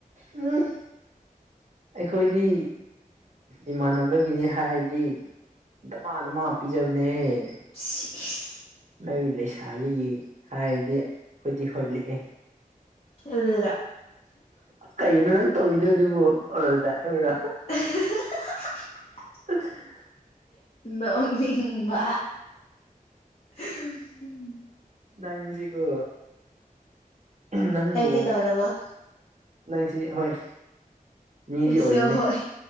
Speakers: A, on the right; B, on the left.
A: ꯎꯝ ꯑꯩꯈꯣꯏꯗꯤ ꯏꯃꯥꯟꯅꯕꯒꯤꯅꯤ ꯍꯥꯏꯔꯗꯤ ꯗꯃꯥ ꯗꯃꯥ ꯄꯤꯖꯕꯅꯦꯍꯦ
B: ꯁꯤ ꯏꯁ
A: ꯅꫭꯏ ꯂꯩꯁꯥꯕꯤꯒꯤ ꯍꯥꯏꯗꯤ ꯑꯩꯈꯣꯏꯗꯤ ꯍꯣꯏ ꯂꯤꯛꯑꯦ
B: <unintelligible>
A: ꯀꯩꯒꯤꯅꯣ ꯅꯪ ꯇꯧꯔꯤꯗꯣꯏ ꯑꯗꯨꯕꯨ ꯑꯗꯨꯗ ꯍꯥꯢꯌꯣꯔꯣ
B: <unintelligible>
A: <unintelligible>
B: ꯅꯣꯛꯅꯤꯡꯕ <unintelligible>
A: ꯅꯪꯁꯤꯀꯣ ꯎꯝ ꯅꯪꯕꯨ
B: ꯀꯩ ꯀꯩꯗꯧꯔꯕ
A: ꯅꯪꯁꯤ ꯍꯣꯏ ꯃꯤꯗꯤ
B: ꯑꯩꯁꯦ
A: ꯑꯣꯏꯒꯅꯤ
B: ꯍꯣꯏ